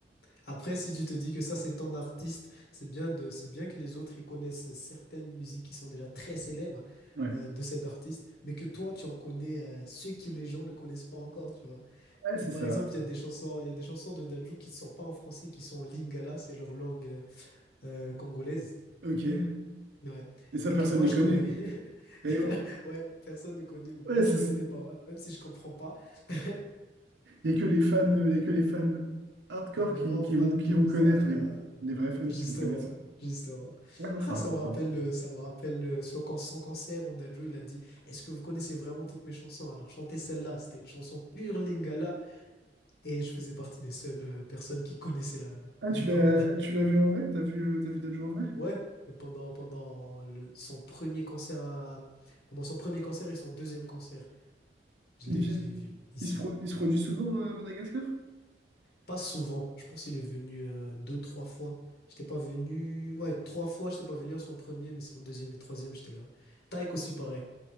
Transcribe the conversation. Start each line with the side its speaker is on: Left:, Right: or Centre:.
Left: Après, si tu te dis que ça, c'est ton artiste, c'est bien de, c'est bien que les autres, ils connaissent certaines musiques qui sont déjà très célèbres
Right: Ouais,
Left: euh, de cet artiste, mais que toi, tu en connais euh, ceux que les gens ne connaissent pas encore, tu vois.
Right: ouais,
Left: Comme
Right: c'est ça.
Left: par exemple, il y a des chansons, il y a des chansons de Dadju qui ne sont pas en français, qui sont en lingala, c'est leur langue euh, euh, congolaise.
Right: Ok. Et
Left: Ouais.
Right: ça,
Left: Et
Right: personne
Left: que moi,
Right: ne les
Left: je
Right: connaît.
Left: connais.
Right: Et
Left: <laughs> Ouais, personne ne connaît. mais Moi,
Right: ouais, c'est
Left: je connais
Right: ça.
Left: les paroles, même si je comprends pas. <laughs>
Right: Il n'y a que les fans, il y a que les fans hardcore
Left: Les grands
Right: qui, qui
Left: fans
Right: vont, qui
Left: qui
Right: vont
Left: aiment
Right: connaître,
Left: ça, ouais, ouais.
Right: les,
Left: ouais.
Right: les vrais fans qui
Left: Justement,
Right: vont connaître ça.
Left: justement.
Right: Ouais, non,
Left: Ah,
Right: c'est important.
Left: ça me rappelle, euh, ça me rappelle euh, son, can- son cancer où Dadju, il a dit, Est-ce que vous connaissez vraiment toutes mes chansons? Alors, chantez celle-là. C'était une chanson pure Lingala. Et je faisais partie des seules euh, personnes qui connaissaient la,
Right: Ah,
Left: les
Right: tu l'as,
Left: paroles. <laughs>
Right: tu l'as vu en vrai? T'as vu, euh, t'as vu Dadju en vrai?
Left: Ouais. Pendant, pendant le- son premier concert à- pendant son premier concert et son deuxième concert. Je
Right: Il
Left: l'ai,
Right: vient,
Left: je l'ai vu ici.
Right: il se, pro- il se produit souvent euh, à Madagascar?
Left: Pas souvent. Je pense qu'il est venu euh, deux, trois fois. J'étais pas venu. Ouais, trois fois, j'étais pas venu à son premier, mais son deuxième et troisième, j'étais là. Taïk aussi, pareil.